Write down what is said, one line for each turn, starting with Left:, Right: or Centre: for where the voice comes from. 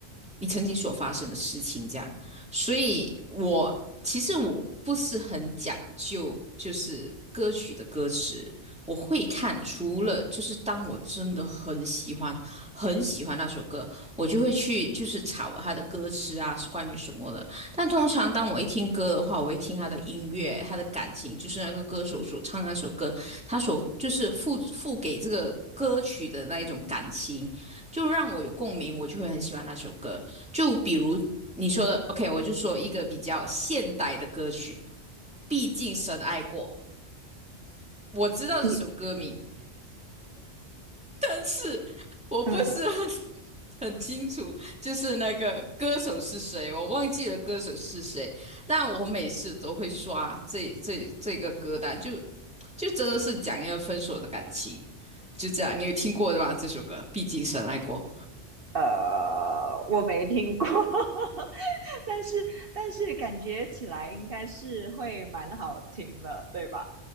Centre: 你曾经所发生的事情，这样。所以我其实我不是很讲究，就是歌曲的歌词，我会看。除了就是当我真的很喜欢、很喜欢那首歌，我就会去就是查它的歌词啊是关于什么的。但通常当我一听歌的话，我会听他的音乐，他的感情，就是那个歌手所唱那首歌，他所就是付付给这个歌曲的那一种感情。就让我有共鸣，我就会很喜欢那首歌。就比如你说的，OK，我就说一个比较现代的歌曲，毕竟深爱过。我知道这首歌名，
Right: 比
Centre: 但是我不是很
Right: 嗯
Centre: 很清楚，就是那个歌手是谁，我忘记了歌手是谁。但我每次都会刷这这这个歌单，就就真的是讲一个分手的感情，就这样。你有听过对吧？这首歌，毕竟深爱过。
Right: 呃，我没听过。<laughs> 但是但是感觉起来应该是会蛮好听的，对吧？